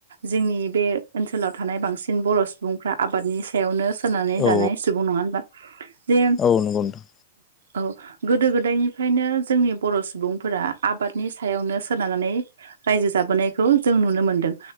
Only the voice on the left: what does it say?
औ
औ नंगौ नोंथां